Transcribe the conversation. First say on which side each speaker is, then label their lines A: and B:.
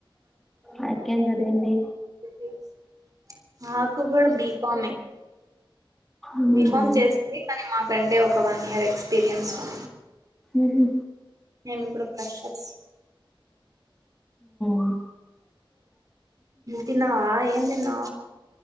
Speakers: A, in the centre; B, on the right.
A: ఆయక్కేం జరిగింది
B: విత్తిన్స్ మాకు కూడా బిఫామే
A: ఉ
B: బిఫామ్ చేసింది కానీ మాకు అంటే ఒక వన్ ఇయర్ ఎక్స్పీరియన్స్ ఉ
A: ఉహు
B: మేమి ఇప్పుడు ఫ్రెషర్స్
A: ఉ
B: తిన్నావా ఏం తిన్నా